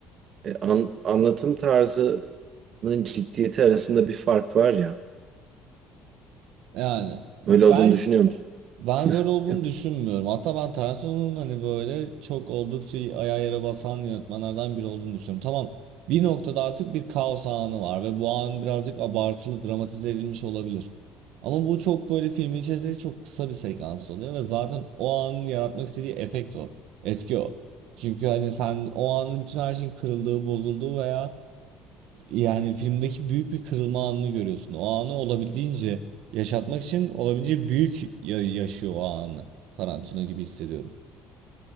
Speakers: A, on the right; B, on the right.
A: e, an- anlatım tarzının ciddiyeti arasında bir fark var ya.
B: yani ben
A: Böyle olduğunu düşünüyor musun?
B: Ben böyle olduğunu
A: Ya da
B: düşünmüyorum. Hatta ben Tarantino'nun hani böyle çok oldukça ayağa yere basan yönetmenlerden biri olduğunu düşünüyorum. Tamam bir noktada artık bir kaos anı var ve bu an birazcık abartılı dramatize edilmiş olabilir. Ama bu çok böyle filmin içerisinde çok kısa bir sekans oluyor ve zaten o anın yaratmak istediği efekt o. Etki o. Çünkü hani sen o anın bütün her şeyin kırıldığı, bozulduğu veya yani filmdeki büyük bir kırılma anını görüyorsun. O anı olabildiğince yaşatmak için olabildiğince büyük ya- yaşıyor o anı. Tarantino gibi hissediyorum.